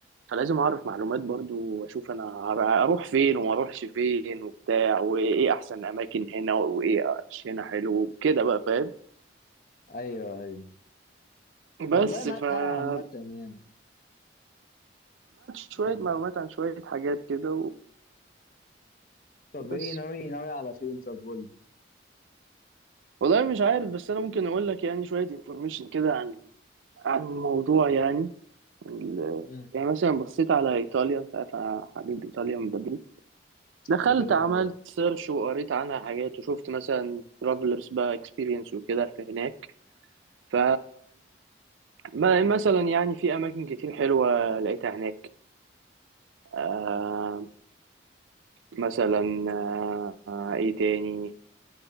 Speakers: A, on the right; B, on the left.
A: فلازم اعرف معلومات برضو واشوف انا هر- اروح فين وما اروحش فين وبتاع وايه احسن اماكن هنا وايه مش هنا حلو كده بقى فاهم
B: ايوه ايوه والله
A: بس
B: معاك
A: فجمعت
B: حق عامة يعني
A: شويه
B: يعني
A: معلومات عن شويه حاجات كده
B: طب
A: وبس
B: ايه ناوي ناوي على فين طب قول لي
A: والله مش عارف بس انا ممكن اقول لك يعني شويه انفورميشن كده عن عن الموضوع يعني ال-
B: مم.
A: يعني مثلا بصيت على ايطاليا انت عارف انا حبيب ايطاليا من بدري دخلت
B: ده كده
A: عملت
B: كده
A: سيرش وقريت عنها حاجات وشفت مثلا ترافلرز بقى اكسبيرينس وكده في هناك ف ما- مثلا يعني في اماكن كتير حلوه لقيتها هناك آه مثلا آه آه، ايه تاني